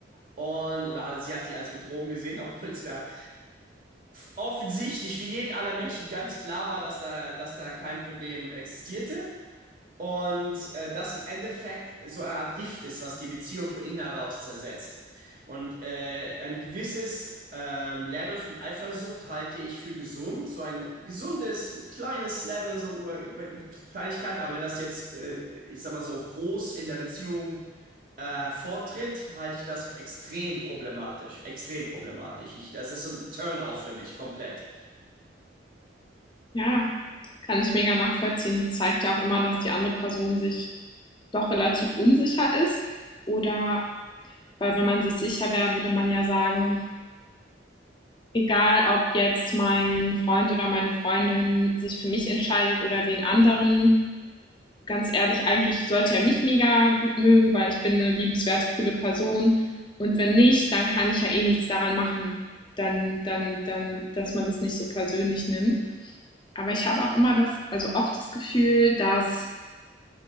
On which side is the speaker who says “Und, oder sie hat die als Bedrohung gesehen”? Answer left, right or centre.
Right